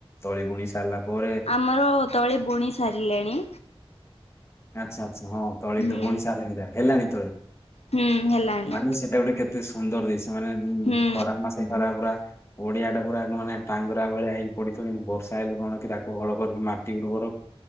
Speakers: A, on the left (about 25°); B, on the left (about 85°).
A: ତଳି ବୁଣି ସାରିଲା ପରେ
B: ଆମର ତଳି ବୁଣି ସାରିଲେଣି।
A: ଆଚ୍ଛା ଆଚ୍ଛା ହଁ ତଳି
B: ହୁଁ
A: ତ ବୁଣି ସାରିଲେଣି ହେଲାଣି ତଳି
B: ହୁଁ ହେଲାଣି
A: ମାନେ ସେଟା ଗୋଟେ କେ ଏତେ ସୁନ୍ଦର ଦିଶେ ମାନେ
B: ହୁଁ
A: ଖରା ମାସ ଖରା ପୁରା ପଡିଆ ଟା ପୁରା ମାନେ ଟାଙ୍ଗରା ଭଳିଆ ହେଇ ପଡିଥିବ କିନ୍ତୁ ବର୍ଷା ହେଲେ କଣ କି ତାକୁ ହଳ କରିକି ମାଟି ଉର୍ବର